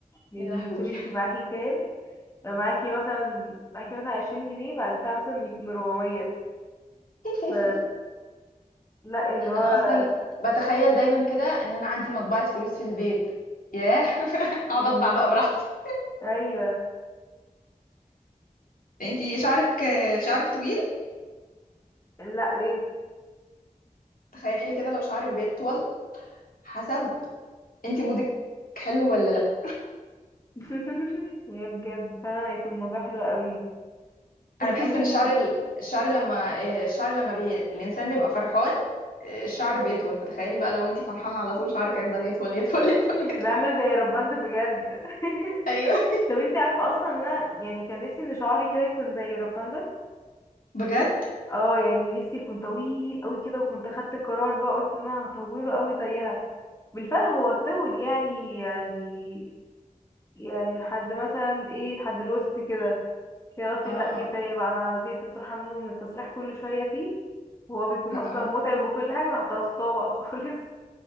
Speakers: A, on the left; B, on the left.
A: يعني
B: يا لهوي
A: شوفي انت معاكي كام معاكي مثلا معاكي مثلا عشرين جنيه بعد ساعة مثلا يكون ربعمية
B: <laughs>
A: ف لا اللي هو
B: انا اصلا بتخيل دايما كده ان انا عندي مطبعة فلوس في البيت ياه <laughs> اقعد اطبع بقى براحتي
A: ايوه
B: انتي شعرك شعرك طويل
A: لا ليه
B: تخيلي كده لو شعرك بيطول حسب انت مودك حلو ولا لا
A: <laughs> يا بجد فعلا هيكون الموضوع حلو قوي <laughs>
B: انا بحس ان الشعر ال- الشعر لما إيه، الشعر لما بي... الانسان بيبقى فرحان إيه، الشعر بيطول فتخيلي بقى لو انت فرحانة على طول شعرك هيفضل يطول يطول يطول يطول
A: يبقى عامل
B: <laughs>
A: زي رابنزل بجد
B: ايوه
A: <laughs> طب انت عارفة اصلا ان انا يعني كان نفسي ان شعري كده يكون زي رابنزل
B: بجد
A: اه يعني نفسي يكون طويل قوي كده وكنت اخدت قرار بقى قلت ان انا هطوله قوي زيها بالفعل هو طول يعني يعني يعني لحد مثلا ايه لحد الوسط كده كده قلت
B: اه
A: لا كفاية بقى انا زهقت بصراحة منه من التصريح كل شوية فيه وهو بيكون
B: <laughs>
A: اصلا
B: اه
A: متعب وكل حاجة رحت قصاه بقى خالص